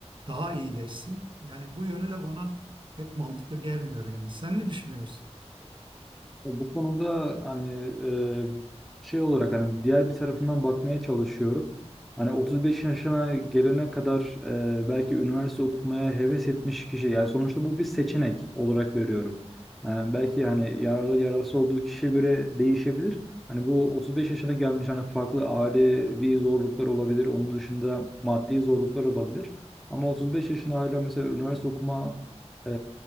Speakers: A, on the right; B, in the centre.
A: Daha iyileşsin. Yani bu yönü de bana pek mantıklı gelmiyor yani. Sen ne düşünüyorsun?
B: Ya Bu konuda hani e, şey olarak hani diğer bir tarafından bakmaya çalışıyorum. Hani 35 yaşına gelene kadar e, belki üniversite okumaya heves etmiş kişi yani sonuçta bu bir seçenek olarak görüyorum. Yani belki hani yararlı yararsız olduğu kişiye göre değişebilir. Hani bu 35 yaşına gelmiş hani farklı ailevi zorluklar olabilir. Onun dışında maddi zorluklar olabilir. Ama 35 yaşında hala mesela üniversite okuma e,